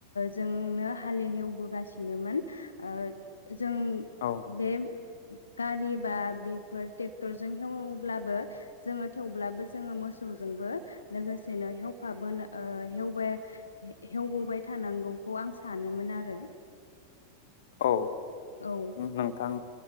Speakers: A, on the left; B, on the left.
A: जोंनो हाल हेवबोगासिनोमोन ओ जों
B: औ
A: बे गारि बा बेफोर ट्रेक्टरजों हेवब्लाबो जोङो थेवब्लाबो जोङो मोसौजोंबो लोगोसेनो हेवफाबोनो ओ हेवबाय हेवबोबाय थानांगौखौ आं सानोमोन। दा आरो।
B: औ
A: औ
B: नोंथां।